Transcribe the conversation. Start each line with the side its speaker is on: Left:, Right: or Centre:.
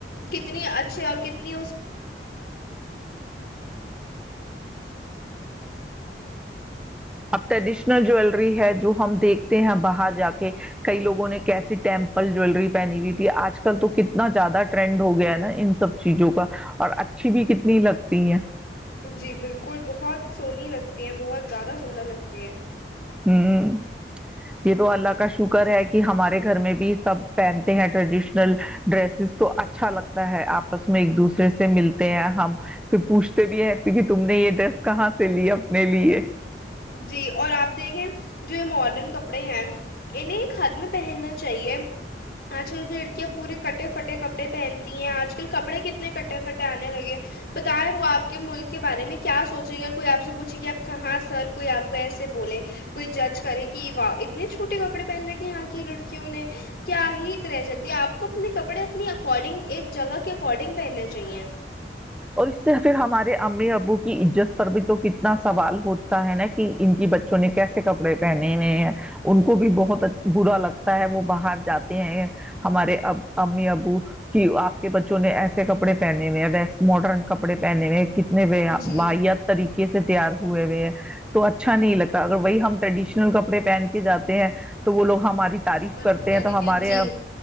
Left: کتنی اچھے اور کتنی
Centre: اب ٹریڈیشنل جیلری ہے جو ہم دیکھتے ہیں باہر جا کے کئی لوگوں نے کیسی ٹیمپل جیلری پہنی ہوئی تھی آج کل تو کتنا زیادہ ٹرینڈ ہو گیا ہے نا ان سب چیزوں کا اور اچھی بھی کتنی لگتی ہیں
Left: جی بالکل بہت سونی لگتی ہیں بہت زیادہ سندر لگتی ہیں
Centre: ہوں یہ تو اللہ کا شکر ہے کہ ہمارے گھر میں بھی سب پہنتے ہیں ٹریڈیشنل ڈریسز تو اچھا لگتا ہے آپس میں ایک دوسرے سے ملتے ہیں ہم پھر پوچھتے بھی ہیں کہ تم نے یہ ڈریس کہاں سے لی اپنے لیے
Left: جی اور آپ دیکھیں جو یہ ماڈرن کپڑے ہیں انہیں ایک حد میں پہننا چاہیے آج کل کی لڑکیاں پورے کٹے پھٹے کپڑے پہنتی ہیں آج کل کپڑے کتنے کٹے پھٹے آنے لگے بتائیں وہ آپ کے ملک کے بارے میں کیا سوچیں گے کوئی آپ سے پوچھے گ آپ کہاں سر کوئی آپ کو ایسے بولے کوئی جج کرے کہ واہ اتنے چھوٹے کپڑے پہن رہے ہیں یہاں کی لڑکیوں نے کیا ہی ایک رہ جاتی ہے آپ کو اپنے کپڑے اپنی اکارڈنگ ایک جگہ کے اکارڈنگ پہننے چاہیے
Centre: اور اس سے پھر ہمارے امی ابو کی عزت پر بھی تو کتنا سوال ہوتا ہے نا کہ ان کی بچوں نے کیسے کپڑے پہنے ہوئے ہیں ان کو بھی بہت برا لگتا ہے وہ باہر جاتے ہیں ہمارے ا امی ابو کہ آپ کے بچوں نے ایسے کپڑے پہنے ہوئے ہیں ویسٹ ماڈرن کپڑے پہنے ہوئے ویات
Left: جی
Centre: طریقے سے تیار ہوئے ہوئے ہیں تو اچھا نہیں لگتا اگر وہی ہم ٹڈشنل کپڑ پہن جاتے ہیں تو وہ لوگ ہماری تعریف
Left: پر
Centre: کرتے
Left: میں
Centre: ہیں
Left: نے
Centre: تو
Left: کیا
Centre: ہمارے
Left: جی